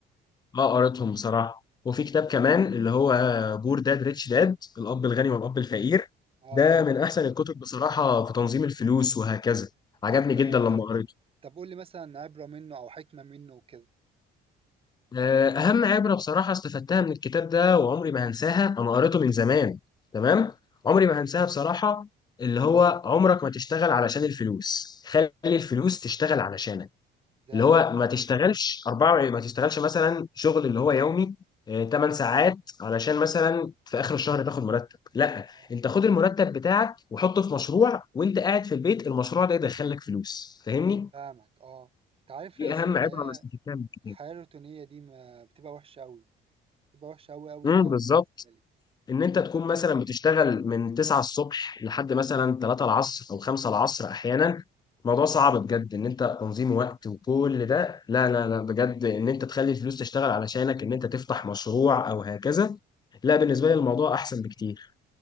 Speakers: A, on the left; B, on the right.
A: اه قريتهم بصراحه وفي كتاب كمان اللي هو بور داد ريتش داد الاب الغني والاب الفقير
B: آه،
A: ده من احسن الكتب بصراحه في تنظيم الفلوس وهكذا عجبني
B: طب
A: جدا
B: آه،
A: لما قريته
B: طب قُل لي مثلًا عبرة منه أو حكمة منه وكده.
A: آه، أهم عبرة بصراحة استفدتها من الكتاب ده وعمري ما هنساها أنا قريته من زمان تمام
B: آه،
A: عمري ما هنساها بصراحة اللي هو عمرك ما تشتغل علشان الفلوس خلي الفلوس تشتغل علشانك
B: إزاي؟
A: اللي هو ما تشتغلش أربعة ما تشتغلش مثلا شغل اللي هو يومي آه، 8 ساعات علشان مثلا في آخر الشهر تاخد مرتب لا
B: آه،
A: أنت خد المرتب بتاعك وحطه في مشروع وأنت قاعد في البيت المشروع ده يدخلك فلوس فاهمني
B: فاهمك آه، أنت عارف
A: دي
B: هي أصلًا
A: أهم
B: الحياة
A: عبرة أنا استفدتها من الكتاب
B: الحياة الروتينية دي ما بتبقى وحشة أوي بتبقى وحشة أوي أوي
A: امم
B: يعني
A: بالظبط
B: مم. بالنسبة لي
A: ان انت تكون مثلا بتشتغل من 9 الصبح لحد مثلا 3 العصر او 5 العصر احيانا الموضوع
B: مم.
A: صعب بجد ان انت تنظيم وقت وكل ده لا لا لا بجد ان انت تخلي الفلوس تشتغل علشانك ان انت تفتح مشروع او هكذا
B: مم.
A: لا بالنسبه لي الموضوع احسن بكتير